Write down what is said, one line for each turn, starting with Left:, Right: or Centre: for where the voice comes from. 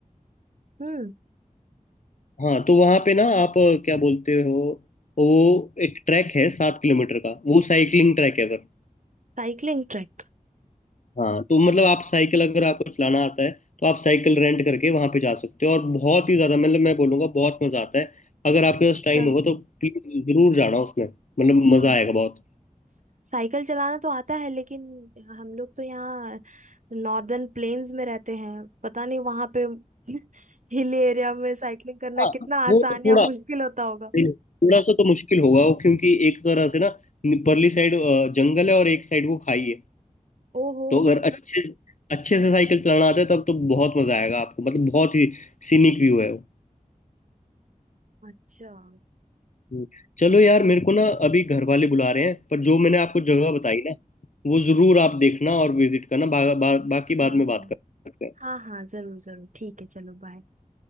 Right: हम्म
Left: हाँ तो वहाँ पे ना आप अ, क्या बोलते हो वो एक ट्रैक है सात किलोमीटर का वो साइकिलिंग ट्रैक है पर
Right: Cycling track
Left: हाँ तो मतलब आप साइकिल अगर आपको चलाना आता है तो आप साइकिल रेंट करके वहाँ पे जा सकते हो और बहुत ही ज़्यादा मतलब मैं बोलूँगा बहुत मज़ा आता है अगर आपके पास टाइम
Right: हाँ
Left: होगा तो प्लीज़ ज़रूर जाना उसमें मतलब मज़ा
Right: हाँ
Left: आएगा
Right: हाँ।
Left: बहुत
Right: साइकिल चलाना तो आता है लेकिन हम लोग तो यहाँ नॉर्दर्न प्लेन्स में रहते हैं पता नहीं वहां पे <laughs> हिल एरिया में साइकिलिंग करना
Left: हाँ
Right: कितना
Left: वो
Right: आसान
Left: तो थोड़ा
Right: या मुश्किल होता होगा
Left: नहीं, नहीं, थोड़ा सा तो मुश्किल होगा वो क्योंकि एक तरह से ना परली साइड जंगल है और एक साइड वो खाई है
Right: ओहो
Left: तो अगर अच्छे अच्छे से साइकिल चलाना आता है तब तो बहुत मजा आएगा आपको मतलब बहुत ही सीनिक व्यू है वो
Right: अच्छा हाँ
Left: हम्म। चलो यार मेरे को ना अभी घर वाले बुला रहे हैं पर जो मैंने आपको जगह बताई ना वो जरूर आप देखना और विजिट करना बा, बा, बाकी
Right: हाँ
Left: बाद में बात
Right: हाँ
Left: करते हैं
Right: हाँ हाँ जरूर जरूर ठीक है चलो बाय